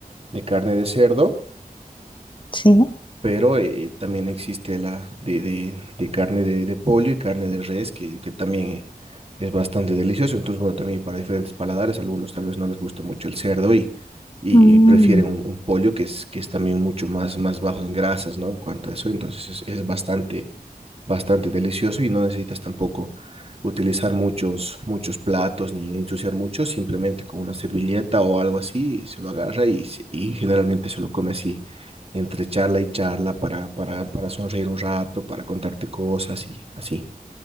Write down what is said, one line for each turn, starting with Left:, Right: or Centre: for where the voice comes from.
Right: de carne de cerdo
Left: sí. ¿no?
Right: pero eh, también existe la de, de- de carne de, de pollo y carne de res, que, que también eh, es bastante delicioso. Entonces, bueno, también para diferentes paladares, algunos tal vez no les gusta mucho el cerdo y, y,
Left: Mm,
Right: y prefieren un, un pollo que es, que es también mucho más, más bajo en grasas, ¿no? En cuanto a eso, entonces es, es bastante bastante delicioso y no necesitas tampoco utilizar muchos, muchos platos ni ensuciar mucho, simplemente con una servilleta o algo así se lo agarra y, se- y generalmente se lo come así entre charla y charla para, para, para sonreír un rato, para contarte cosas y así.